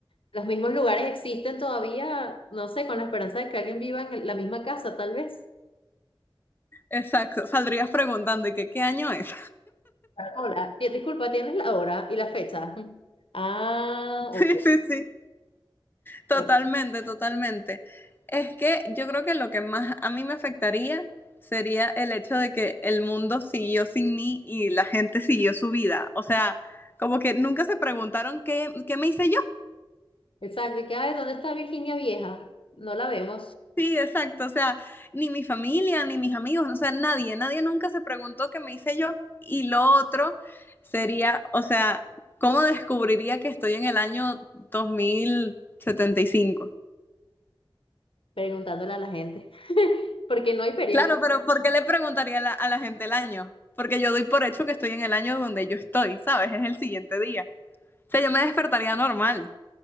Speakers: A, on the left; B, on the left.
A: los mismos lugares existen todavía, no sé, con la esperanza de que alguien viva en la misma casa, tal vez.
B: Exacto. Saldrías preguntando, ¿y qué, qué año es?
A: Hola, di- disculpa, ¿tienes la hora y la fecha? Ah,
B: <laughs> Sí,
A: ok.
B: sí, sí. Totalmente,
A: Creo-
B: totalmente. Es que yo creo que lo que más a mí me afectaría sería el hecho de que el mundo siguió sin mí y la gente siguió su vida. O sea, como que nunca se preguntaron qué, qué me hice yo.
A: Exacto, y que, ay, ¿dónde está Virginia Vieja? No la vemos,
B: Sí, exacto. O sea, ni mi familia, ni mis amigos, o sea, nadie, nadie nunca se preguntó qué me hice yo. Y lo otro sería, o sea, ¿cómo descubriría que estoy en el año dos mil setenta y cinco.
A: preguntándole a la gente, <laughs> porque no hay periódico.
B: Claro, pero ¿por qué le preguntaría a la, a la gente el año? Porque yo doy por hecho que estoy en el año donde yo estoy, ¿sabes? Es el siguiente día. O sea, yo me despertaría normal.